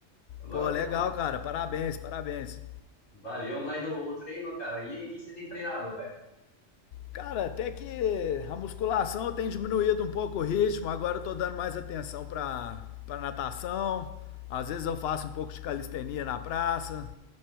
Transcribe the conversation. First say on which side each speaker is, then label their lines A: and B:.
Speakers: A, on the left; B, on the left.
A: Agora
B: Pô,
A: eu tô.
B: legal, cara. Parabéns, parabéns.
A: Valeu, mas o, o treino, cara. E aí, o que você tem treinado, velho?
B: Cara, até que a musculação eu tenho diminuído um pouco o ritmo, agora eu tô dando mais atenção pra, pra natação. Às vezes eu faço um pouco de calistenia na praça.